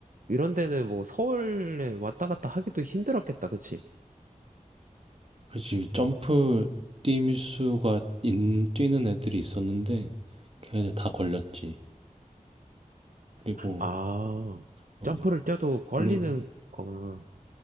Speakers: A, on the right; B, on the right.
A: 이런 데는 뭐 서울에 왔다 갔다 하기도 힘들었겠다, 그치?
B: 그치, 점프 뛰미수가 인, 뛰는 애들이 있었는데 걔네들 다 걸렸지. 그리고
A: 아,
B: 어,
A: 점프를 뛰어도 걸리는
B: 우리
A: 거구나.